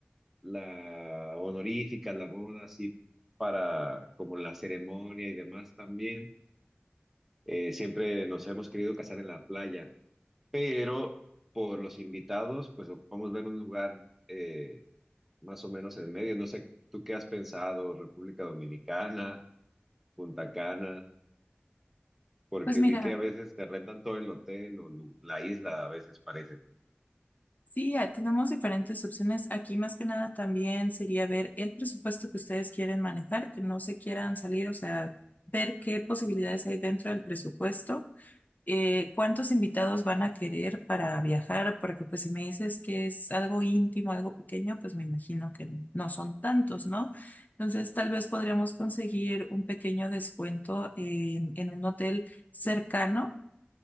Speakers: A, in the centre; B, on the left.
A: la honorífica, la boda así para como la ceremonia y demás también. Eh, siempre nos hemos querido casar en la playa, pero por los invitados, pues ocupamos ver un lugar eh, más o menos en el medio. No sé, ¿tú qué has pensado? República Dominicana, Punta Cana, porque
B: Pues mira,
A: vi que a veces te rentan todo el hotel o lu- la isla, a veces parece.
B: sí, eh, tenemos diferentes opciones. Aquí más que nada también sería ver el presupuesto que ustedes quieren manejar, que no se quieran salir, o sea, ver qué posibilidades hay dentro del presupuesto eh, ¿cuántos invitados van a querer para viajar? Porque pues si me dices que es algo íntimo, algo pequeño, pues me imagino que no son tantos, ¿no? Entonces tal vez podríamos conseguir un pequeño descuento en, en un hotel cercano.